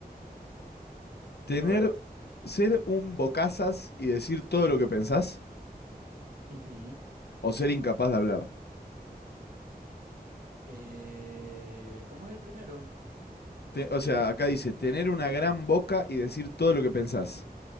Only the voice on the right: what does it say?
A ver,
ujú,
eh, ¿cómo es el primero?